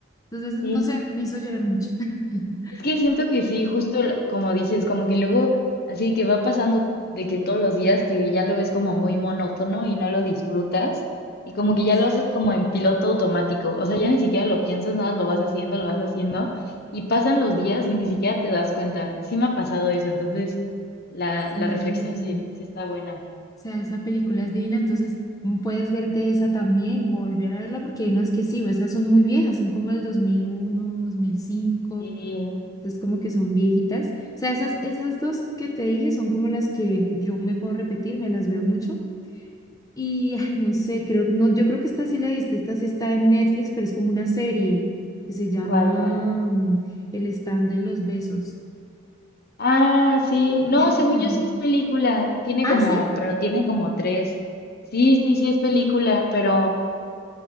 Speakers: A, on the left; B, on the left.
A: Entonces,
B: Sí,
A: no sé, me hizo llorar mucho. <laughs>
B: Es que siento que sí, justo l- como dices, como que luego así que va pasando de que todos los días que ya lo ves como muy monótono y no lo disfrutas y como
A: Yes.
B: que ya lo haces como en piloto automático, o sea, ya ni siquiera lo piensas, nada, lo vas haciendo, lo vas haciendo y pasan los días y ni siquiera te das cuenta. Sí me ha pasado eso, entonces la,
A: Sí.
B: la reflexión sí, sí está buena.
A: sea, esa película es divina, entonces mm, puedes verte esa también, volver a verla, porque hay unas que sí, esas son muy viejas, son como el dos mil uno dos mil cinco
B: Sí,
A: entonces como que son viejitas. O sea, esas, esas dos que te dije son como las que yo me puedo repetir, me las veo mucho. Y, ay, no sé, creo, que no, yo creo que esta sí la viste, esta sí está en Netflix, pero es como una serie que se llama
B: ¿cuál, cuál?
A: mm, El stand de los besos.
B: Ah, sí, no,
A: <laughs>
B: según yo sí es película, tiene
A: Ah,
B: como,
A: sí,
B: pero tiene como tres. Sí, sí, sí es película, pero...